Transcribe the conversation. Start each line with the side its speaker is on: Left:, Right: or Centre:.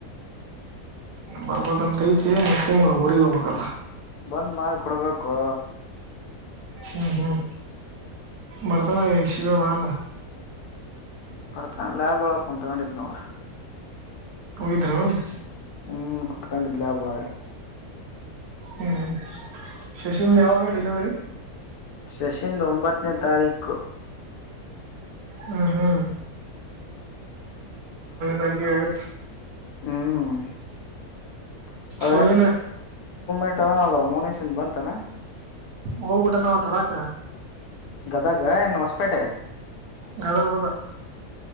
Right: ಬರ್ಬೇಕಂತ ಐತಿ ಮತ್ತೇನ್ ಮಾಡವ ಊರಿಗೆ ಹೋಗಬೇಕಲ್ಲ.
Left: ಬಂದ್ ಮಾಡ್ ಕೊಡ್ಬೇಕು.
Right: ಹ್ಮ್ ಹ್ಮ್ ಬರ್ತಾನ ಇಲ್ಲಾ ಶಿವ್ಯಾ ರಾಮ್.
Left: ಬರ್ತಾ ಲ್ಯಾಬ್ ಒಳಗ ತಗೊಂಡಿದ್ ನೋಡ.
Right: ಹೋಗಿದ್ರ ಅಲ್ಲಿ.
Left: ಹ್ಮ್ ಕೂತ್ಕೊಂಡಿದ್ದ ಲ್ಯಾಬ್ ಒಳಗ.
Right: ಹ್ಮ್ ಶಶಿಂದ ಯಾವಾಗ ಡಿಲಿವರಿ.
Left: ಶಶಿಿಂದ್ ಒಂಬತ್ತನೇ ತಾರೀಕು.
Right: ಹ್ಮ ಹ್ಮ್. <unintelligible>
Left: ಹ್ಮ. <unintelligible>
Right: ಫೋರ್ ವೀಲ್
Left: ಇದ ಮೋನೇಶಿಂದ ಬಂತನ.
Right: ಹೋಗ್ಬಿಟ ನಾವ ತರಾಕ.
Left: ಗದಗ ಏನ ಹೊಸಪೇಟೆ.
Right: ಗದಗ ಹೋದಾ.